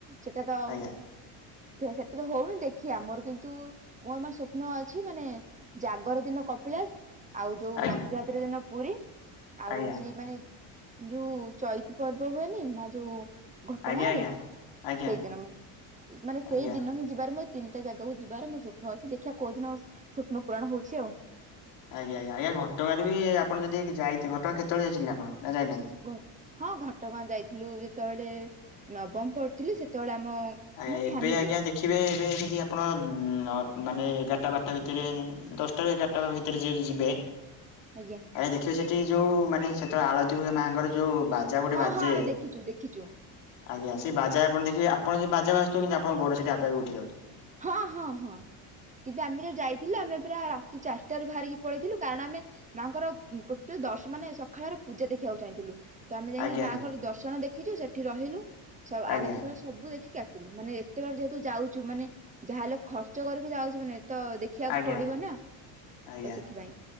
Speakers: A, on the right; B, on the left.
A: ସେଟା ତ
B: ଆଜ୍ଞା
A: ସେଟା ତ ହଉନି ଦେଖିିବା ମୋର କିନ୍ତୁ ମୋର ମ ସ୍ୱପ୍ନ ଅଛି ମାନେ ଜାଗର ଦିନ କପିଳାସ, ଆଉ ଯୋଉ
B: ଆଜ୍ଞା
A: ରଥଯାତ୍ରା ଦିନ ପୁରୀ, ଆଉ
B: ଆଜ୍ଞା
A: ଯିଏ ମାନେ ଯୋଉ ଚୈତି ପର୍ବ ହୁଏନି ମା ଯୋଉ ଘଟ
B: ଆଜ୍ଞା
A: ଗାଁ ରେ
B: ଆଜ୍ଞା ଆଜ୍ଞା
A: ସେଇଦିନ ମାନେ ସେଇ
B: ଆଜ୍ଞା
A: ଦିନ ହିଁ ଯିବାର ମୁ ତିନିଟା ଜାଗାକୁ ଯିବାର ମୋ ସ୍ୱପ୍ନ ଅଛି ଦେଖିବା କୋଉ ଦିନ ଆ ସ୍ୱପ୍ନ ପୂରଣ ହଉଛି ଆଉ।
B: ଆଜ୍ଞା ଆଜ୍ଞା ଆଜ୍ଞା ଘଟଗାଁ ରେ ବି ଆପଣ ଯଦି ଯାଇ ଘଟଗାଁ କେତେବେଳେ ଯାଇଛନ୍ତି ଆପଣ ନା ଯାଇନାହାନ୍ତି?
A: ଘ ହଁ ଘଟଗାଁ ଯାଇଥିଲୁ ଯେତେବେଳେ ନବମ ପଢୁଥିଲି ସେତେବେଳେ ଆମ
B: ଆଜ୍ଞା
A: ଆମ
B: ଏବେ
A: ଫ୍ୟାମିଲି
B: ଆଜ୍ଞା ଦେଖ ଦେଖିବେ ଏବେ ଯଦି ଆପଣ ଅ ମାନେ ଏଗାରଟା ବାରଟା ଭିତରେ ଦଶଟା ତ ଏଗାରଟା ଭିତରେ ଯଦି ଯିବେ।
A: ଆଜ୍ଞା।
B: ଆଜ୍ଞା ଦେଖିବେ ସେଠି ଯେଉ ମାନେ ସେତେବେଳେ ଆଳତି ହୁଏ ମାଆଙ୍କର ଯେଉ ବା ବାଜା ଗୋଟେ
A: ହଁ
B: ବାଜେ
A: ହଁ ଆମେ ଦେଖିଛୁ ଦେଖିଛୁ
B: ଆଜ୍ଞା ସେ ବାଜା ଆପଣ ଦେଖିବେ ସେଠି ବାଜା ବାଜୁଥିବ କିନ୍ତୁ ଆପଣଙ୍କ ଗୋଡ଼ ସେଠି ଆପେ ଆପେ ଉଠିଯାଉଥିବ।
A: ହଁ ହଁ ହଁ କିନ୍ତୁ ଆମେ ଯୋଉ ଯାଇ ଥିଲ ଆମେ ପାୟ ରାତି ଚାରିଟାରୁ ବାହାରିକି ପଳେଇଥିଲୁ କାରଣ ଆମେ ମାଙ୍କର ଟୋଟାଲ ଦଶ ମାନେ ସକାଳର ପୂଜା ଦେଖିବାକୁ ଚାହିଁଥିଲୁ। ତ ଆମେ ଯାଇକି
B: ଆଜ୍ଞା
A: ମାଆଙ୍କର
B: ଆଜ୍ଞା
A: ଦର୍ଶନ ଦେଖିଛୁ ସେଠି ରହିଲୁ ସବ
B: ଆଜ୍ଞା
A: ଆଳତି ଫାଳ ସବୁ ଦେଖିକି ଆସିଲୁ ମାନେ ଏତେବାଟ ଯେହେତୁ ଯାଉଛୁ ମାନେ ଯାହାହେଲେ ଖର୍ଚ୍ଚ କରିକି ଯାଉଛୁ ମାନେ ତ ଦେ ଦେଖିବାକୁ
B: ଆଜ୍ଞା
A: ପଡିବ ନା
B: ଆଜ୍ଞା।
A: ତ ସେଥିପାଇଁ।